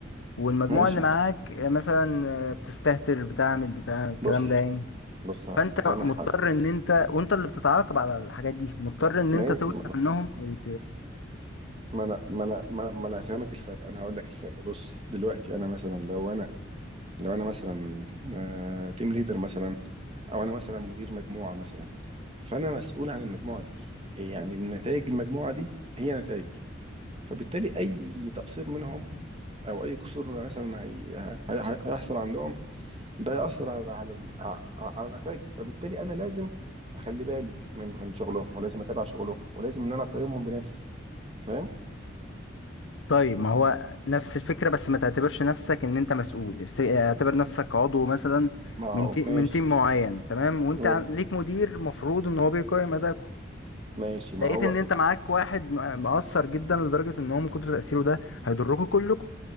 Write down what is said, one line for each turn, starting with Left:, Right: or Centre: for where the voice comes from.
Left: والمجموعة
Right: ماشي
Left: اللي معاك آه، مثلا آه، بتستهتر بتعمل بتاع الكلام
Right: بص
Left: ده يعني
Right: بص
Left: فانت
Right: هفهمك
Left: مضطر
Right: حاجه
Left: ان انت وانت اللي بتتعاقب على الحاجات دي مضطر ان
Right: ماشي
Left: انت توجه عنهم او
Right: ما انا ما انا ما انا ما أنا هفهمك الفرق انا هقول لك الفرق بص دلوقتي انا مثلا لو انا لو انا مثلا تيم ليدر مثلا او انا مثلا مدير مجموعه مثلا فانا مسؤول عن المجموعه دي يعني نتائج المجموعه دي هي نتائجي فبالتالي اي تقصير منهم او اي قصور مثلا هي... هي... هي- هيحصل عندهم ده هيأثر على على ال- ع- على نتائجي فبالتالي انا لازم اخلي بالي من من شغلهم ولازم اتابع شغلهم ولازم ان انا اقيمهم بنفسي فاهم؟
Left: طيب ما هو نفس الفكرة بس ما تعتبرش نفسك ان انت مسؤول افت- اعتبر نفسك عضو مثلا
Right: ما هو-
Left: من تي...
Right: ماشي
Left: من تيم معين تمام وانت
Right: ماشي
Left: عن- ليك مدير مفروض ان هو بيقيم ادائكم
Right: ماشي ما
Left: لقيت
Right: هو
Left: ان انت معاك واحد م- مقصر جدا لدرجة ان هو من كتر تأثيره ده هيضركم كلكم